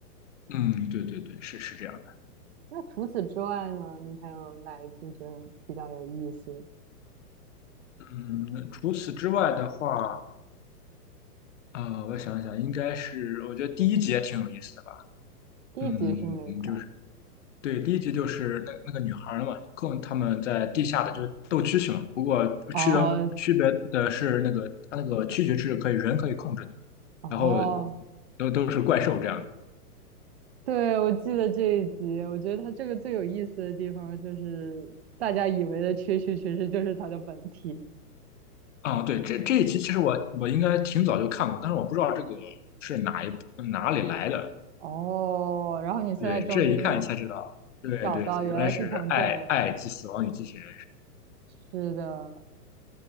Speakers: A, on the left; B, on the right.
A: 嗯，对对对，是是这样。
B: 那除此之外呢？你还有哪一部觉得比较有意思？
A: 嗯，除此之外的话，呃，我想想，应该是我觉得第一集也挺有意思的吧。
B: 第一集是哪个？
A: 嗯，就是对，第一集就是那那个女孩儿嘛，跟他们在地下的就是斗蛐蛐嘛。不过区别区别的是那个它那个蛐蛐是可以人可以控制的，
B: 哦哦，
A: 然后都都是怪兽这样的。
B: 对，我记得这一集，我觉得它这个最有意思的地方就是大家以为的蛐蛐，其实就是它的本体。
A: 啊、对，这这一集其实我我应该挺早就看过，但是我不知道这个是哪一部哪里来的。
B: 哦，然后你现在终于
A: 对，这一看才知道，对对，
B: 找到，
A: 原来是爱《爱及死亡与机器人》。
B: 原来是从这儿来。是的，